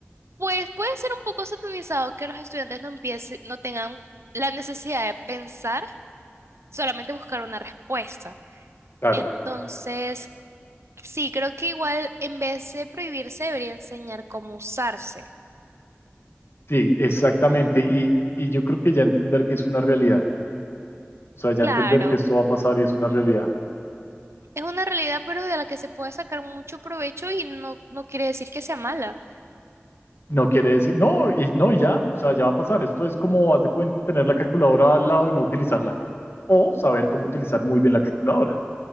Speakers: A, on the right; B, on the left.
A: pues puede ser un poco satanizado que los estudiantes no empiecen, no tengan la necesidad de pensar, solamente buscar una respuesta.
B: Claro.
A: Entonces, sí, creo que igual en vez de prohibirse, debería enseñar cómo usarse.
B: Sí, exactamente. Y, y yo creo que ya entender que es una realidad, o sea, ya
A: Claro.
B: entender que esto va a pasar y es una realidad,
A: Es una realidad, pero de la que se puede sacar mucho provecho y no, no quiere decir que sea mala.
B: no quiere decir, no, y, no, y ya, o sea, ya va a pasar. Esto es como, haz de cuenta, tener la calculadora al lado y no utilizarla. O saber cómo utilizar muy bien la calculadora.